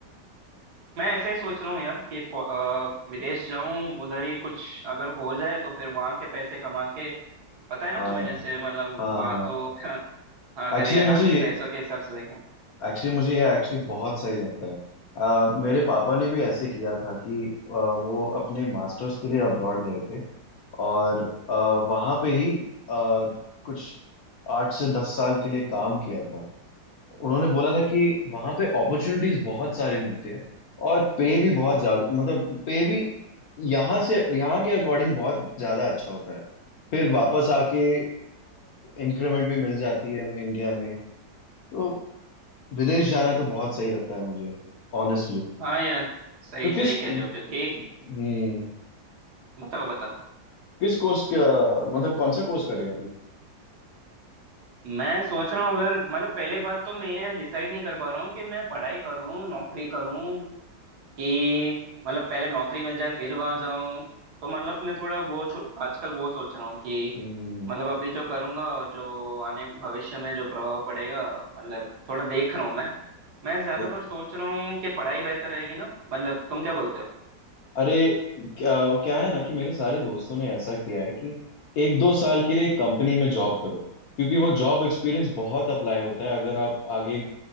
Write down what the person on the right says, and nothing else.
मैं ऐसा ही सोच रहा हूँ यार कि फो- अ, विदेश जाऊं उधर ही कुछ अगर हो जाए तो फिर वहां के पैसे कमा के पता है ना
तुम्हें
जैसे मतलब
वहां
तो <laughs> अगर
यहाँ
के पैसों के हिसाब से देखें
हाँ यार सही
सही
कह रहे हो क्योंकि
बताओ बताओ
मैं सोच रहा हूँ अगर मतलब पहले बात तो मैं ये डिसाइड नहीं कर पा रहा हूँ कि मैं पढ़ाई करूँ नौकरी करूँ कि मतलब पहले नौकरी मिल जाए फिर वहां जाऊँ तो मतलब मैं थोड़ा वो छो- आजकल वो सोच रहा हूँ कि
मतलब अभी जो करूँगा और जो आने भविष्य में जो प्रभाव पड़ेगा मतलब थोड़ा देख रहा हूँ मैं मैं ज्यादातर
सोच रहा हूँ कि पढ़ाई बेहतर रहेगी ना मतलब तुम क्या बोलते हो